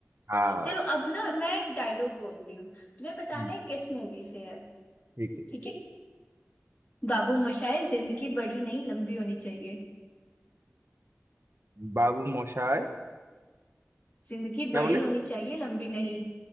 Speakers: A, on the right; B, on the left.
A: हाँ भाई
B: चलो अब ना मैं एक डायलॉग बोलती हूँ तुम्हें बताना
A: हम्म,
B: है किस मूवी से है
A: ठीक है
B: ठीक है बाबू मोशाय जिंदगी बड़ी नहीं लंबी होनी चाहिए
A: बाबू मोशाय
B: जिंदगी
A: क्या
B: बड़ी
A: बोले
B: होनी चाहिए लंबी नहीं